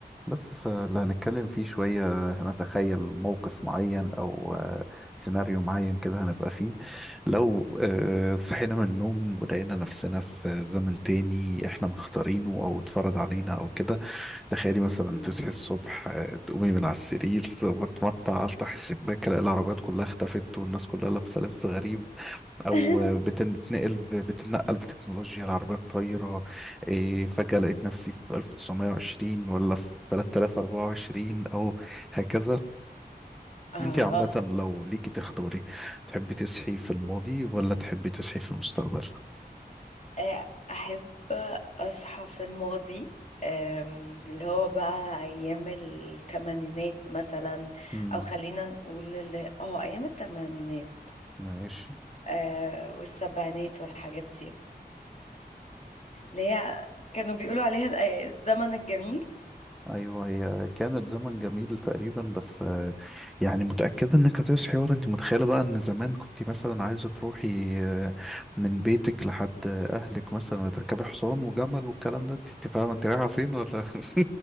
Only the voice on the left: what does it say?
مم.
<laughs>
آه
آه، أحب أصحى في الماضي آم، اللي هو بقى أيام التمانينات مثلا
أو خلينا نقول اللي اه أيام التمانينات
آه والسبعينات والحاجات دي اللي هي كانوا بيقولوا عليها الأي- الزمن الجميل